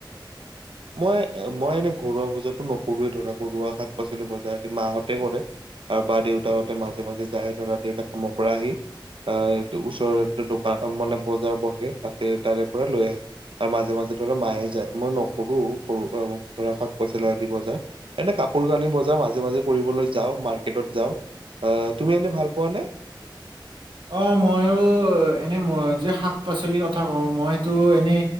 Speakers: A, on the right (about 90°); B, on the right (about 70°).
A: মই এ মই এনেই ঘৰুৱা বজাৰটো নকৰোৱে ধৰা ঘৰুৱা শাক পাচলি বজাৰ মাহঁতে কৰে আৰু বা দেউতাহঁতে মাজে মাজে যায় ধৰা দেউতাক কামৰ পৰা আহি আহ টো ওচৰতে দোকান মানে বজাৰ বহে তাতে তাৰে পৰা লৈ আহে আৰু মাজে মাজে ধৰা মায়ে যায় মই ন কৰোঁ <unintelligible> ধৰা শাক পচলি আদি বজাৰ। এনে কাপোৰ কানি বজাৰ মাজে মাজে কৰিবলৈ যাওঁ, মাৰ্কেটত যাওঁ। এ, তুমি এনেই ভাল পোৱা নে?
B: অ', মইও এনে মই যে শাক পাচলিৰ কথা কওঁ মই সেইতো এনে